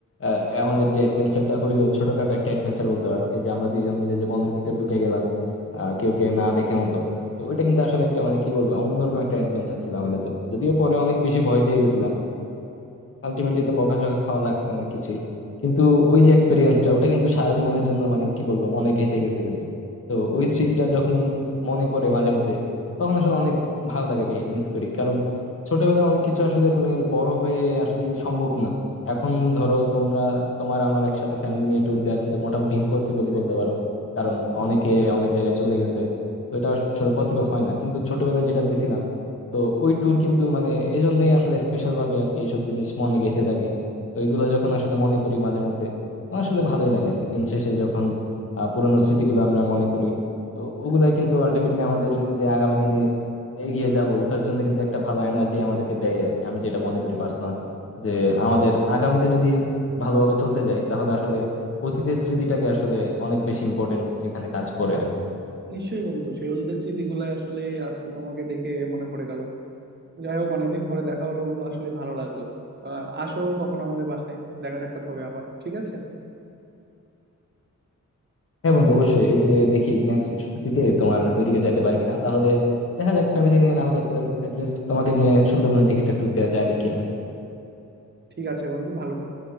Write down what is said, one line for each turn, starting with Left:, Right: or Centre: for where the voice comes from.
Left: আহ, আমাদের যে অ্যাডভেঞ্চারটা হইলো ছোটখাটো একটা অ্যাডভেঞ্চার বলতে পারো এই যে আমরা দুইজন মিলে যে বনের ভিতর ঢুকে গেলাম আহ কেউ কে না দেখে মতো তো ওইটা কিন্তু আসলে একটা মানে কি বলবো অন্যরকম একটা অ্যাডভেঞ্চার ছিল আমাদের জন্য যদিও পরে অনেক বেশি ভয় পেয়ে গেছিলাম আলটিমেটলি তো বকাঝকা খাওয়া লাগছে অনেক কিছুই কিন্তু ওই যে এক্সপেরিয়েন্সটা ওটা কিন্তু সারা জীবনের জন্য মানে কি বলবো মনে গেঁথে গেছে কিন্তু তো ওই স্মৃতিটা যখন মনে পড়ে মাঝে মধ্যে তখন আসলে অনেক ভালো লাগে যে মিস করি কারণ ছোটবেলার অনেক কিছু আসলে তুমি বড় হয়ে আসলে কি সম্ভব না এখন ধরো তোমরা তোমার আমার একসাথে ফ্যামিলি নিয়ে ট্যুর দেওয়া কিন্তু মোটামুটি ইম্পসিবলই বলতে পারো কারণ অনেকে অনেক জায়গায় চলে গেছে তো এটা আসলে পসিবল হয় না কিন্তু ছোটবেলায় যেটা দিছিলাম তো ওই ট্যুর কিন্তু মানে এই জন্যই আসলে স্পেশাল ভাবে আর কি এইসব জিনিস মনে গেঁথে থাকে তো এইগুলো যখন আসলে মনে করি মাঝে মধ্যে তো আসলে ভালোই লাগে আর কি দিন শেষে যখন আহ, পুরানো স্মৃতিগুলো আমরা মনে করি তো ওগুলাই কিন্তু আলটিমেটলি আমাদের যে আগামী দিনে এগিয়ে যাব ওটার জন্য কিন্তু একটা ভালো এনার্জি আমাদেরকে দেয় আর কি আমি যেটা মনে করি পার্সোনালি যে আমাদের আগামীতে যদি ভালোভাবে চলতে যাই তাহলে আসলে অতীতের স্মৃতিটাকে আসলে অনেক বেশি ইম্পর্টেন্ট এখানে কাজ করে আর কি।
Right: নিশ্চয়ই বন্ধু সেই অতীতের স্মৃতিগুলাই আসলে আজকে তোমাকে দেখে মনে পড়ে গেল যাই হোক অনেকদিন পরে দেখা হলো বন্ধু আসলে ভালো লাগলো আহ, আসো কখনো আমাদের বাসায় দেখা সাক্ষাৎ হবে আবার ঠিক আছে
Left: হ্যাঁ বন্ধু অবশ্যই এই যে দেখি নেক্সট ছুটিতে তোমার ওইদিকে যাইতে পারি কিনা তাহলে দেখা যাক ফ্যামিলি নিয়ে না হোক অ্যাটলিস্ট তোমাকে নিয়ে সুন্দরবনের দিকে একটা ট্যুর দেওয়া যায় নাকি
Right: ঠিক আছে বন্ধু ভালো থেকো।